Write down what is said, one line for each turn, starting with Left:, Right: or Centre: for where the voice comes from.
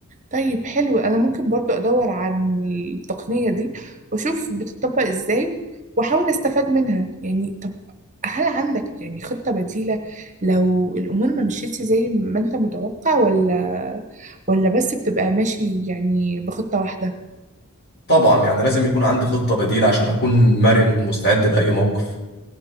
Right: طيب حلو أنا ممكن برضو أدور عن التقنية دي وأشوف بتطبق إزاي وأحاول أستفاد منها يعني طب هل عندك يعني خطة بديلة لو الأمور ما مشيتش زي ما أنت متوقع ولا ولا بس بتبقى ماشي يعني بخطة واحدة؟
Left: طبعا يعني لازم يكون عندي خطه بديله عشان اكون مرن ومستعد لاي موقف